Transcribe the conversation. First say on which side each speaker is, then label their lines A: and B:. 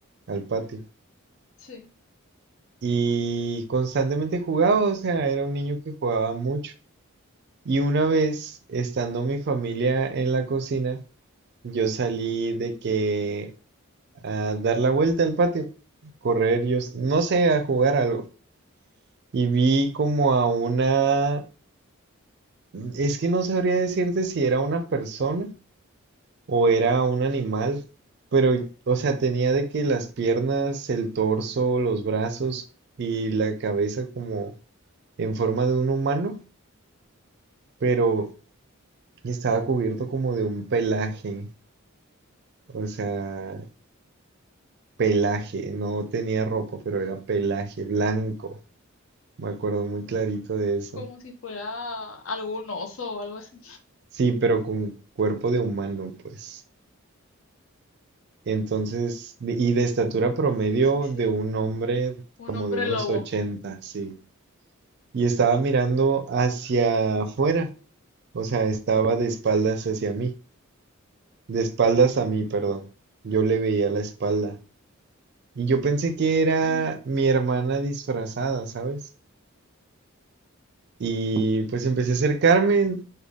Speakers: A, on the right; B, on the left.
A: al patio.
B: sí.
A: Y constantemente jugaba, o sea, era un niño que jugaba mucho. Y una vez, estando mi familia en la cocina, yo salí de que a dar la vuelta al patio, correr, yo s- no sé, a jugar algo. Y vi como a una, es que no sabría decirte si era una persona o era un animal, pero, o sea, tenía de que las piernas, el torso, los brazos y la cabeza como en forma de un humano, pero estaba cubierto como de un pelaje, o sea, pelaje, no tenía ropa, pero era pelaje blanco, me acuerdo muy clarito de eso.
B: Como si fuera algún oso o algo así.
A: Sí, pero con cuerpo de humano, pues. Entonces, de- y de estatura promedio
B: Sí, sí, sí.
A: de un hombre
B: Un
A: como
B: hombre
A: de unos
B: lobo.
A: 80 sí. y estaba mirando hacia afuera, o sea, estaba de espaldas hacia mí, de espaldas a mí, perdón. Yo le veía la espalda y yo pensé que era
B: Ujú,
A: mi hermana disfrazada, ¿sabes? Y pues empecé a acercarme